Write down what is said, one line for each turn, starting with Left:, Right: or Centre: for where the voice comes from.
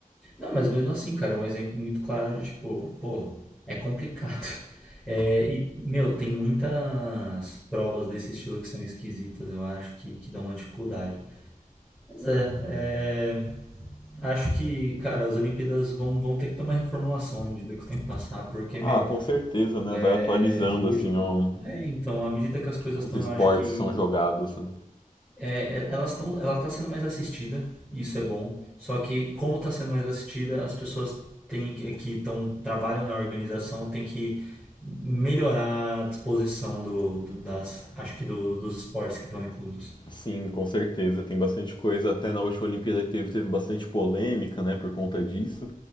Centre: não, mas mesmo assim, cara, é um exemplo muito claro de tipo, pô, é complicado. <laughs> É, e meu, tem muitas provas desse estilo que são esquisitas, eu acho que que dão uma dificuldade. Pois é, é, acho que, cara, as Olimpíadas vão, vão ter que ter uma reformulação à medida que o tempo passar, porque, meu,
Left: Ah, com certeza, né? Vai
Centre: é,
Left: atualizando
Centre: do-
Left: assim ó,
Centre: é, então, à medida que as coisas
Left: os
Centre: estão,
Left: esportes
Centre: eu acho que
Left: que são jogados. né?
Centre: é, é, elas estão, ela está sendo mais assistida, e isso é bom. Só que como está sendo mais assistida, as pessoas têm que, que tão, trabalham na organização têm que melhorar a disposição do, do- das, acho que do- dos esportes que estão inclusos,
Left: Sim, com certeza. Tem bastante coisa. Até na última Olimpíada que teve, teve bastante polêmica, né, por conta disso.